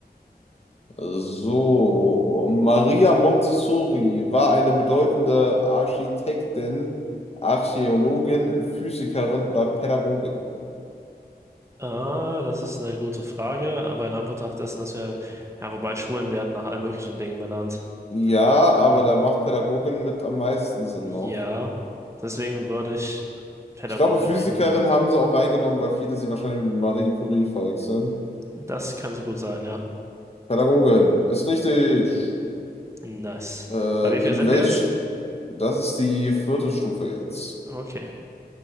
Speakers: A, on the left; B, on the right.
A: So, Maria Montessori war eine bedeutende Architektin, Archäologin, Physikerin oder Pädagogin.
B: Ah, das ist eine gute Frage, aber in Anbetracht dessen, dass wir, ja, wobei Schulen werden nach allen möglichen Dingen benannt.
A: Ja,
B: Ah,
A: aber da macht Pädagogin mit am meisten Sinn
B: ja,
A: noch.
B: deswegen würde ich Pädagoge
A: Ich glaube, Physikerin
B: nehmen.
A: haben sie auch reingenommen, weil viele sie wahrscheinlich mit Marie Curie verwechseln.
B: Das könnte gut sein, ja.
A: Pädagogin, ist richtig.
B: Nice.
A: Äh,
B: Bei wie viel
A: in
B: sind
A: welch,
B: wir jetzt?
A: das ist die vierte Stufe jetzt.
B: Okay.